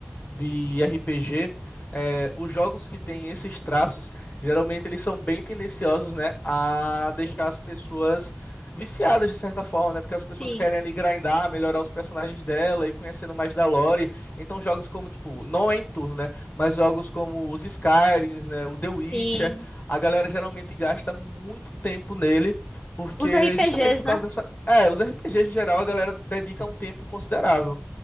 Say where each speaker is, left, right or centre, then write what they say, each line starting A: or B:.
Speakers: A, on the left; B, on the left.
A: de RPG, é, os jogos que têm esses traços, geralmente eles são bem tendenciosos, né, a deixar as pessoas viciadas de certa forma, né? Porque as pessoas
B: Sim,
A: querem ali grindar, melhorar os personagens dela e conhecendo mais da lore. Então jogos como tipo, não é em turno, né? Mas jogos como os Skyrims, né, o The
B: sim.
A: Witcher, a galera geralmente gasta muito tempo nele, porque
B: Os RPGs,
A: justamente por
B: né?
A: causa dessa, é, os RPGs em geral a galera dedica um tempo considerável.